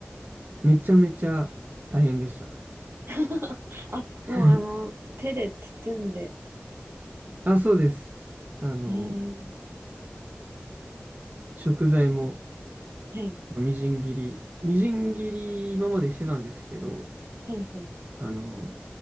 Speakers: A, on the right; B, on the right.
A: めちゃめちゃ大変でした。
B: <laughs> あ、
A: <laughs>
B: もうあの、手で包んで、
A: あ、そうです。あの、
B: えー、
A: 食材も
B: はい、
A: みじん切り、みじん切り今までしてたんですけど、
B: はい、はい。
A: あの、